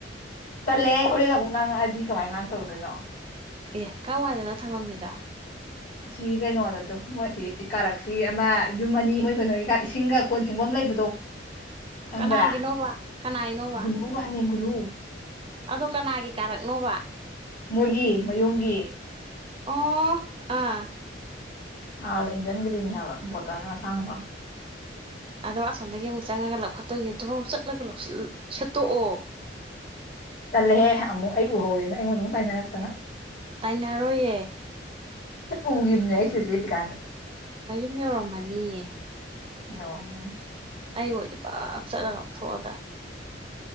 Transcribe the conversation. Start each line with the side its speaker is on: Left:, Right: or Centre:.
Left: ꯆꯜꯂꯦ ꯍꯣꯔꯦꯟꯗ ꯑꯃꯨꯛ ꯉꯥꯡꯉꯛꯑꯗꯤ ꯀꯃꯥꯏꯅ ꯉꯥꯡꯇꯧꯗꯣꯏꯅꯣ
Right: ꯑꯦ ꯀꯋꯥꯏꯗꯅ ꯊꯝꯃꯃꯤꯗꯣ
Left: ꯁꯤ ꯀꯩꯅꯣꯗꯠꯇꯣ ꯃꯁꯤ ꯀꯥꯔꯛꯁꯤ ꯑꯃ ꯌꯨꯝ ꯑꯅꯤ ꯃꯣꯏ ꯀꯩꯅꯣꯒꯤꯒ ꯏꯁꯤꯡꯒ ꯀꯣꯟ ꯐꯦꯡꯐꯝ ꯂꯩ ꯂꯩꯕꯗꯣ ꯈꯪꯕ꯭ꯔꯥ
Right: ꯀꯅꯥꯒꯤꯅꯣꯕ ꯀꯅꯥꯏꯅꯣꯕ
Left: ꯒꯨꯂꯨ ꯍꯅꯤ ꯒꯨꯂꯨ
Right: ꯑꯗꯣ ꯀꯅꯥꯒꯤ ꯀꯥꯔꯛꯅꯣꯕ
Left: ꯃꯣꯏꯒꯤ ꯃꯌꯨꯝꯒꯤ
Right: ꯑꯣ ꯑꯥ
Left: ꯑ ꯏꯟꯖꯟ ꯀꯔꯤ ꯍꯥꯕ ꯄꯠꯇꯅꯤ ꯁꯥꯡꯕ
Right: ꯑꯗꯣ ꯑꯁꯣꯝꯗꯒꯤ ꯑꯃꯨꯛ ꯆꯪꯉꯒ ꯂꯧꯈꯠꯇꯣꯏꯅꯦ ꯇꯨ ꯑꯃꯨ ꯆꯠꯂꯒ ꯁꯦꯠꯇꯣꯛꯑꯣ
Left: ꯇꯜꯂꯦꯍꯦ ꯑꯃꯨꯛ ꯑꯩ ꯎꯍꯧꯒꯦꯅ ꯑꯩꯉꯣꯟꯗ ꯑꯃꯨꯛ ꯇꯥꯏꯅꯔꯛꯇꯅ
Right: ꯇꯥꯏꯅꯔꯣꯏꯌꯦ
Left: ꯎꯒꯤꯝꯅꯦ ꯑꯩ ꯁꯤ ꯂꯦꯞꯄꯤꯀꯥꯜꯗ
Right: ꯌꯧꯔꯝꯃꯅꯤ
Left: ꯌꯧꯔꯝꯃꯅꯤ
Right: ꯑꯩ ꯑꯣꯏꯗꯤ ꯄꯞ ꯆꯠꯂꯒ ꯑꯃꯨꯛ ꯊꯣꯛ ꯑ ꯗꯝꯅꯤ